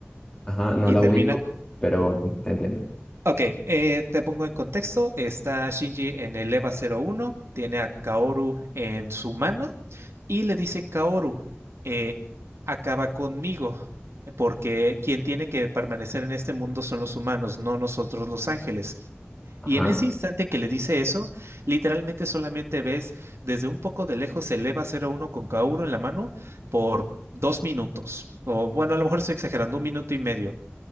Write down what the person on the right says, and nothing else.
y
termina,
Ok, eh, te pongo en contexto. Está Shinji en el EVA cero uno, tiene a Kaoru en su mano y le dice Kaoru, eh, acaba conmigo, porque quien tiene que permanecer en este mundo son los humanos, no nosotros los ángeles.
Y en ese instante que le dice eso, literalmente solamente ves desde un poco de lejos el EVA cero uno con Kaoru en la mano por dos minutos. O bueno, a lo mejor estoy exagerando, un minuto y medio